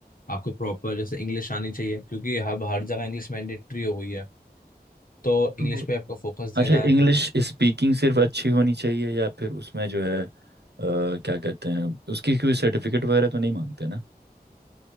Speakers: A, on the left; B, on the right.
A: आपको प्रॉपर जैसे इंग्लिश आनी चाहिए क्योंकि हब हर जगह इंग्लिश मैंडेटरी हो गई है तो इंग्लिश
B: जी
A: पे आपको फोकस देना
B: अच्छा
A: है
B: इंग्लिश स्पीकिंग सिर्फ अच्छी होनी चाहिए या फिर उसमें जो है अ, क्या कहते हैं उसकी कोई सर्टिफिकेट वगैरह तो नहीं मांगते ना